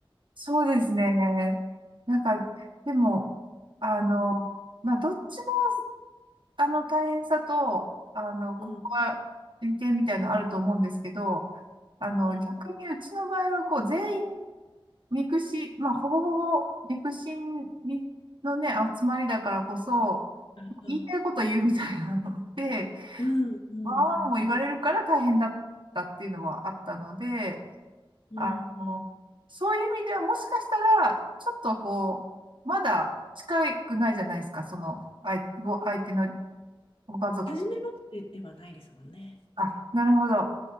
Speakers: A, on the right; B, on the left.
A: そうですね。なんか、でも、あの、
B: うん、
A: まあ、どっちも、あの、大変さと、あの、ここは、
B: うん、
A: 利点みたいなのあると思うんですけど、あの、
B: うん、
A: 逆にうちの場合は、こう、全員ミクシィ、まあ、ほぼほぼミクシにのね、集まりだからこそ、
B: あ
A: 言いたいこと言うみたいなので、
B: うん、うん、
A: まあまあも言われるから大変だったっていうのはあったので、
B: うん。うんうん。
A: あの、そういう意味ではもしかしたら、ちょっとこう、まだ近くないじゃないですか、その、相、ご、相手のご家族と。
B: 初めましてではないですもんね。
A: あ、なるほど。